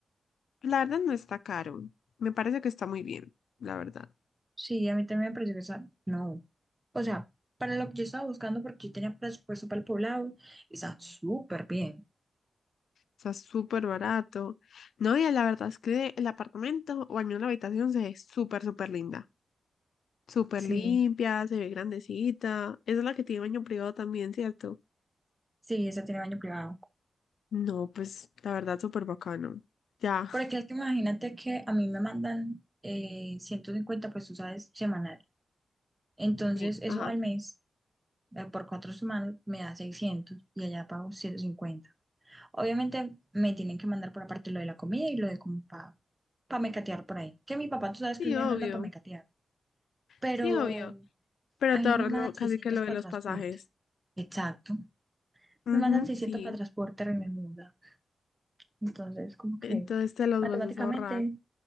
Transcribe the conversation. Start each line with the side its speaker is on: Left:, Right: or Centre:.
Left: La verdad no está caro. Me parece que está muy bien, la verdad.
Right: Sí, a mí también me pareció que esa, no. O sea, para lo que yo estaba buscando, porque yo tenía presupuesto para el poblado, está súper bien.
Left: Está súper barato. No, y la verdad es que el apartamento, o al menos la habitación, se ve súper, súper linda. Súper
Right: Sí,
Left: limpia, se ve grandecita. Esa es la que tiene baño privado también, ¿cierto?
Right: sí, esa tiene baño privado.
Left: No, pues la verdad, súper bacano. Ya.
Right: Porque es que imagínate que a mí me mandan eh, 150 pues tú sabes, semanal. Entonces,
Left: Sí,
Right: eso
Left: ajá.
Right: al mes, eh, por cuatro semanas, me da 600 y allá pago 150. Obviamente, me tienen que mandar por aparte lo de la comida y lo de como para pa pa mecatear por ahí. Que mi papá, tú sabes
Left: Sí,
Right: que él me
Left: obvio.
Right: manda para mecatear. Pero.
Left: Sí, obvio. Pero
Right: A
Left: te
Right: mí
Left: ahorras
Right: me mandan
Left: lo- casi
Right: 600
Left: que lo de
Right: para
Left: los
Right: transporte.
Left: pasajes.
Right: Exacto.
Left: Ujú,
Right: Me mandan 600
Left: sí.
Right: para transporte y me muda. Entonces, como que
Left: Entonces te los
Right: matemáticamente,
Left: vas a ahorrar.